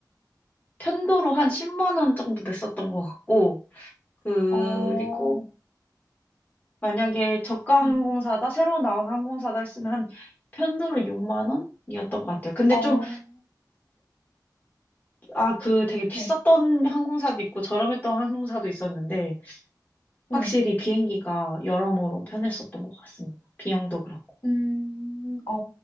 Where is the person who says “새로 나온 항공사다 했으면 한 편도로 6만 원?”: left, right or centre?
Left